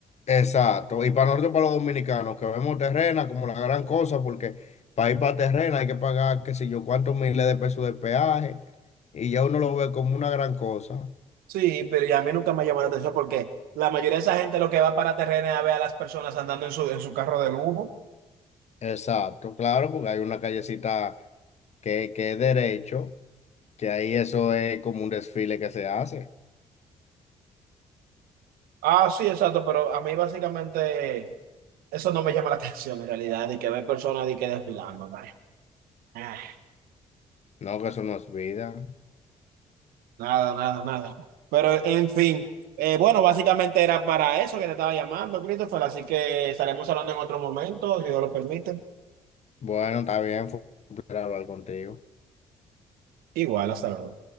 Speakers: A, on the left; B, on the right.
A: Exacto. Y para nosotros, para los dominicanos, que vemos terrena como la gran cosa, porque para ir para terrena hay que pagar, qué sé yo, cuántos miles de pesos de peaje, y ya uno lo ve como una gran cosa.
B: Sí, pero y a mí nunca me llamó la atención porque la mayoría de esa gente lo que va para Terrena es a ver a las personas andando en su, en su carro de lujo.
A: Exacto, claro, porque hay una callecita que, que es derecho, que ahí eso es como un desfile que se hace.
B: Ah, sí, exacto, pero a mí básicamente eso no me llama la <laughs> atención en realidad, y que ver personas y que desfilando, nah. Ah,
A: No, que eso no es vida.
B: nada, nada, nada. Pero en fin, eh, bueno, básicamente era para eso que te estaba llamando, Christopher, así que estaremos hablando en otro momento, si Dios lo permite.
A: Bueno, está bien, fue un placer hablar contigo.
B: Igual, hasta luego.